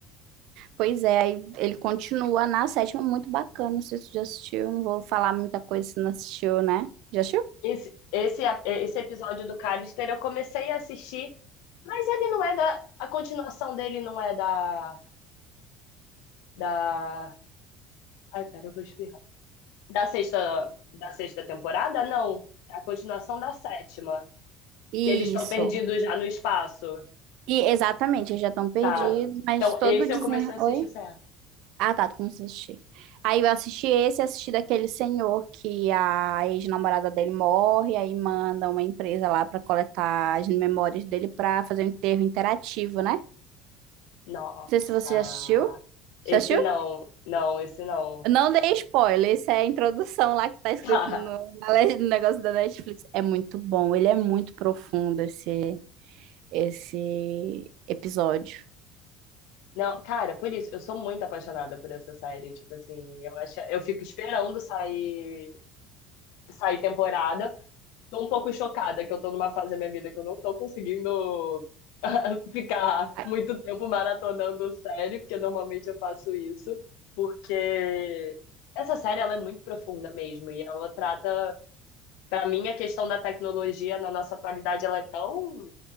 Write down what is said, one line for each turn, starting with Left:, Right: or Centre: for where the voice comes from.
Right: Pois é, aí ele continua na sétima, muito bacana. não sei Se você já assistiu, não vou falar muita coisa se não assistiu, né? Já assistiu?
Left: Esse, esse, esse episódio do Callister eu comecei a assistir, mas ele não é da. A continuação dele não é da. Da. Ai, pera, eu vou espirrar. Da sexta, da sexta temporada? Não. É a continuação da sétima.
Right: Isso.
Left: Que eles estão perdidos já no espaço.
Right: E exatamente, eles já estão perdidos,
Left: Tá.
Right: mas
Left: Então,
Right: todo
Left: esse
Right: o desenrolar.
Left: eu comecei a assistir
Right: Oi?
Left: certo.
Right: Ah, tá, tu começou a assistir. Aí eu assisti esse, assisti daquele senhor que a ex-namorada dele morre, aí manda uma empresa lá pra coletar as memórias dele pra fazer um enterro interativo, né?
Left: Nossa.
Right: Não sei se você já assistiu. Você
Left: Esse
Right: assistiu?
Left: não. Não, esse não.
Right: Não dei
Left: <laughs>
Right: spoiler, isso é a introdução lá que tá escrito
Left: Tá.
Right: no, na le- no negócio da Netflix. É muito bom, ele é muito profundo esse, esse episódio.
Left: Não, cara, por isso, eu sou muito apaixonada por essa série. Tipo assim, eu acho, eu fico esperando sair, sair temporada. Tô um pouco chocada que eu tô numa fase da minha vida que eu não tô conseguindo ficar
Right: Ai,
Left: muito tempo maratonando série, porque normalmente eu faço isso, porque essa série ela é muito profunda mesmo e ela trata, para mim, a questão da tecnologia na nossa atualidade ela é tão